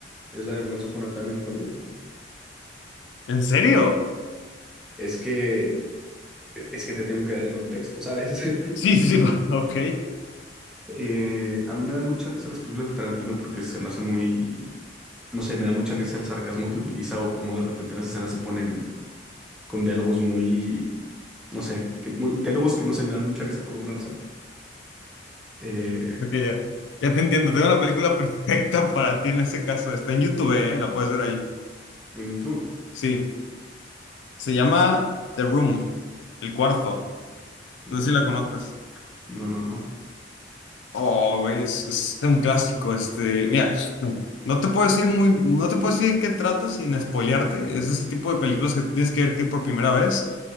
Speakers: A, in the centre; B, on the left.
A: es la de Once Upon a Time in Hollywood.
B: ¿En serio?
A: Es que, es que te tengo que dar el contexto, ¿sabes?
B: Sí,
A: <laughs>
B: sí, sí. <laughs> Ok,
A: Eh, a mí me dan mucha risa las películas de Tarantino porque se me hace muy, no sé, me da mucha risa el sarcasmo que utiliza o cómo de repente las escenas se ponen con diálogos muy, no sé, que muy- diálogos que no se me dan mucha risa por alguna razón. Eh,
B: ok, ya. Ya te entiendo. Tengo la película <laughs> perfecta para ti en ese caso. Está en YouTube, ¿eh? La puedes ver ahí.
A: en YouTube.
B: Sí. Se llama The Room, El Cuarto.
A: No,
B: No sé si la conozcas.
A: no, no, no.
B: Oh, güey, es, es un clásico, este, mira, no te puedo decir muy, no te puedo decir de qué trata sin spoilearte, es ese tipo de películas que tienes que ver que por primera vez